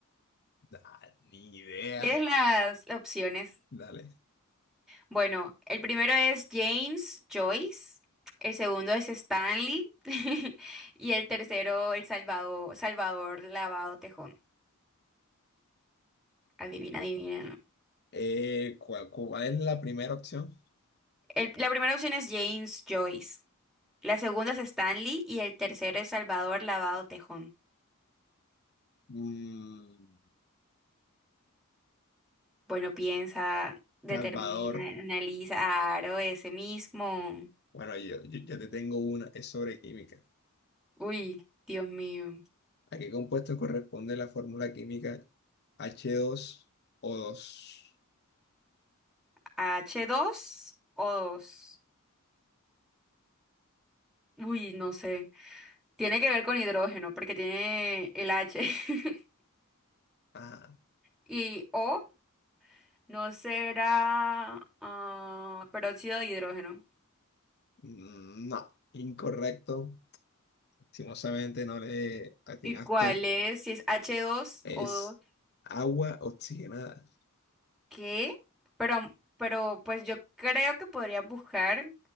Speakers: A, on the left (about 50°); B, in the centre.
A: Da- ni idea.
B: ¿Quieres las, las opciones?
A: Dale.
B: Bueno, el primero es James Joyce, el segundo es Stanley <laughs> y el tercero el Salvador, Salvador Lavado Tejón. Adivina, adivina. ¿no?
A: Eh, ¿cuál, cuál es la primera opción?
B: El- la primera opción es James Joyce, la segunda es Stanley y el tercero es Salvador Lavado Tejón.
A: Mm,
B: Bueno, piensa, determina,
A: Salvador.
B: analiza, aro ese mismo.
A: Bueno, yo, yo ya te tengo una, es sobre química.
B: Uy, Dios mío.
A: ¿A qué compuesto corresponde la fórmula química h dos o dos
B: h 2 o dos, Uy, no sé. Tiene que ver con hidrógeno porque tiene el H. <laughs>
A: Ah,
B: Y O no será ah, peróxido de hidrógeno.
A: mm, no, incorrecto. Lastimosamente no le atinaste.
B: ¿Y cuál es? Si es h dos
A: Es
B: o 2,
A: agua oxigenada.
B: ¿Qué? Pero, pero pues yo creo que podría buscar